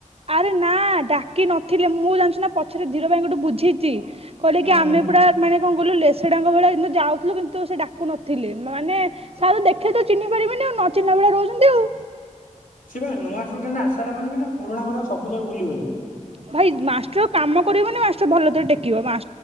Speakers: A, on the right; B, on the left.
A: ଆରେ ନା ଡାକି ନଥି ଥିଲେ ମୁଁ ଜାଣିଛି ନା ପଛରେ ଧୀର ଭାଇଙ୍କ ଠୁ ବୁଝିଛି। କହିଲେ
B: ହୁଁ
A: କି ଆମେ
B: ହୁଁ
A: ପୁରା ମାନେ। କଣ କହିଲୁ ଲେସଡାଙ୍କ ଭଳିଆ କି ଯାଉଥିଲୁ କିନ୍ତୁ ସେ ଡାକୁ ନଥିଲେ। ମାନେ ସାର୍ ଦେଖିଲେ ତ ଚିହ୍ନି ପାରିବେନି ଆଉ ନଚିନିଲା ଭଳିଆ ରହୁଛନ୍ତି ଆଉ।
B: ସେ ପା ନୂଆ ସ୍ଟୁଡେଣ୍ଟ ଆସିଲା ପରେ ମାନେ ପୁରୁଣା ଘ ସବୁ ଯାଗା ବୁଲିଗଲେ।
A: ଭାଇ ମାଷ୍ଟର କାମ କରିବନି। ମା ଭଲ ରେ ଟେକିବ। ମା